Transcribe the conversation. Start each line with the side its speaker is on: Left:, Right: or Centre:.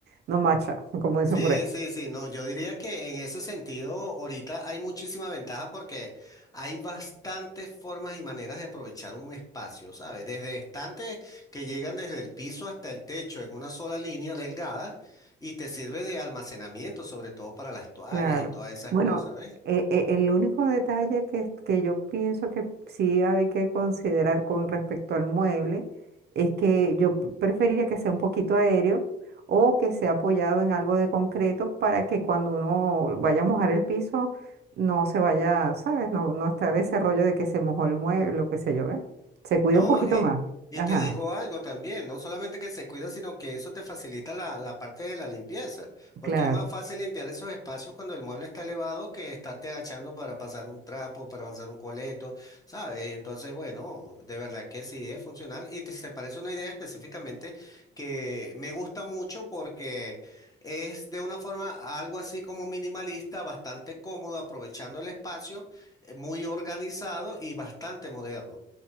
Right: no macha, como dicen
Left: Sí,
Right: por ahí.
Left: sí, sí, no, yo diría que en ese sentido ahorita hay muchísima ventaja porque hay bastantes formas y maneras de aprovechar un espacio, ¿sabes? Desde estantes que llegan desde el piso hasta el techo en una sola línea delgada y te sirve de almacenamiento, sobre todo para las toallas
Right: Claro.
Left: y todas esas
Right: Bueno,
Left: cosas, ¿ves?
Right: e- e- el único detalle que, que yo pienso que sí hay que considerar con respecto al mueble es que yo p- preferiría que sea un poquito aéreo o que sea apoyado en algo de concreto para que cuando uno vaya a mojar el piso no se vaya, ¿sabes? No, no estar ese rollo de que se mojó el mueble o qué sé yo, ¿ves? Se cuida
Left: No,
Right: un poquito
Left: y,
Right: más.
Left: y
Right: Ajá,
Left: te digo algo también, no solamente que se cuida, sino que eso te facilita la, la parte de la limpieza, porque
Right: claro,
Left: es más fácil limpiar esos espacios cuando el mueble está elevado que estarte agachando para pasar un trapo, para pasar un coleto, ¿sabes? Entonces, bueno, de verdad que sí es funcional y te, se parece una idea específicamente que me gusta mucho porque es de una forma algo así como minimalista, bastante cómodo, aprovechando el espacio, eh, muy organizado y bastante moderno.